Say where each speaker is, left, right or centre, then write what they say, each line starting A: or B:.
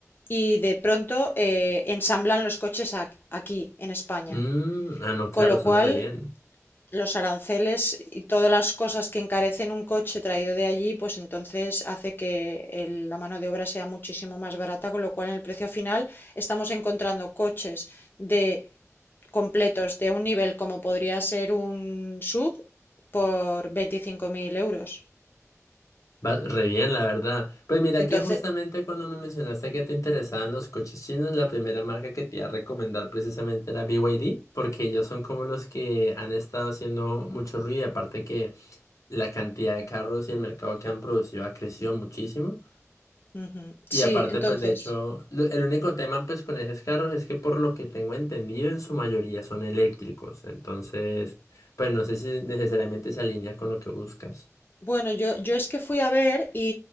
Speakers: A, on the left; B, on the left.
A: y de pronto eh, ensamblan los coches ac- aquí, en España.
B: Mm, ah, no, claro,
A: Con lo
B: sale
A: cual,
B: re bien.
A: los aranceles y todas las cosas que encarecen un coche traído de allí, pues entonces hace que el- la mano de obra sea muchísimo más barata, con lo cual en el precio final estamos encontrando coches de completos de un nivel como podría ser un sub por veinticinco mil euros.
B: Va re bien, la verdad. Pues mira
A: Entonces,
B: que justamente cuando me mencionaste que te interesaban los coches chinos, la primera marca que te iba a recomendar precisamente era BYD, porque ellos son como los que han estado haciendo mucho ruido, y aparte que la cantidad de carros y el mercado que han producido ha crecido muchísimo.
A: ujú,
B: Y
A: sí,
B: aparte,
A: entonces,
B: pues de hecho, lo- el único tema pues con esos carros es que por lo que tengo entendido, en su mayoría son eléctricos. Entonces, pues no sé si necesariamente se alinea con lo que buscas.
A: Bueno, yo, yo es que fui a ver y